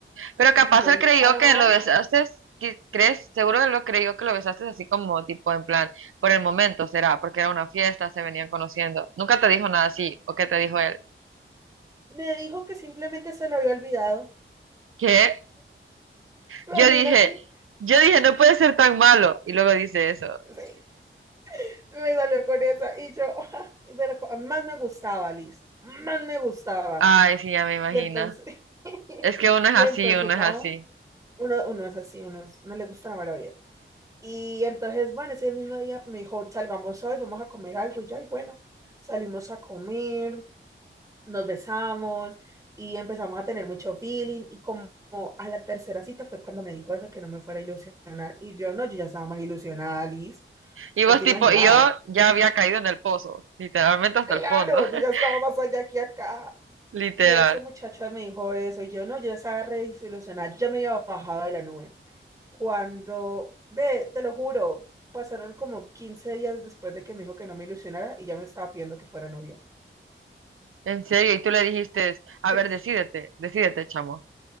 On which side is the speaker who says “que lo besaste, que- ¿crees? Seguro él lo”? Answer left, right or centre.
Right